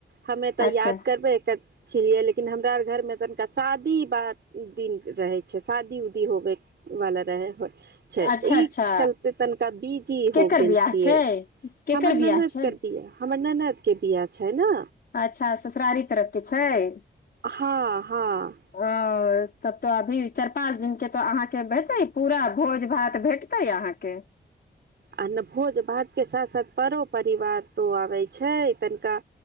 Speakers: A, on the right; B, on the left.
A: हमे त
B: अच्छा
A: याद करबै क छियै, लेकिन हमरा आर घरमे तनिका शादी बाद दिन रहै छै, शादी उदी होबयवला रहै है। छै,
B: अच्छा
A: ई
B: अच्छा
A: चलते तनिका बीजी
B: केकर
A: हो गेल
B: बियाह
A: छियै।
B: छै केकर
A: हमर ननैद
B: बियाह छै
A: के बियाह। हमर ननैद के बियाह छै ने।
B: अच्छा, ससुरारी तरफ के छै?
A: हां हां।
B: ओ तब त अभी चारि पाँच दिनके त अहाँके हेतै पूरा भोज भात भेटतै अहाँके।
A: आ ने भोज भात के साथ साथ परो परिवार तो आबै छै तनिका